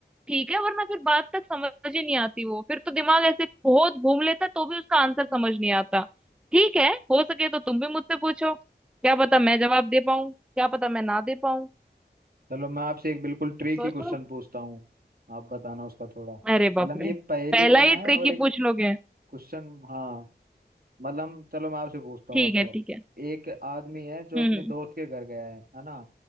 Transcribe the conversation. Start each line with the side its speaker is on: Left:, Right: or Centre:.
Centre: ठीक है वरना फिर बात तक समझ ही नहीं आती वो फिर तो दिमाग ऐसे बहुत घूम लेता तो भी उसका आंसर समझ नहीं आता ठीक है हो सके तो तुम भी मुझसे पूछो क्या पता मैं जवाब दे पाऊं क्या पता मैं ना दे पाऊं
Right: चलो मैं आपसे एक बिल्कुल ट्रिकी
Centre: सोचो
Right: क्वेश्चन पूछता हूँ आप बताना उसका थोड़ा
Centre: अरे बाप
Right: मतलब
Centre: रे
Right: ये पहेली
Centre: पहला
Right: कम
Centre: ही
Right: है
Centre: ट्रिक
Right: और
Centre: ही
Right: एक
Centre: पूछ लोगे
Right: क्वेश्चन हाँ मतलब चलो मैं आपसे पूछता हूँ
Centre: ठीक
Right: बताओ
Centre: है ठीक है
Right: एक आदमी है जो
Centre: हम्म
Right: अपने
Centre: हम्म,
Right: दोस्त के घर गया है है ना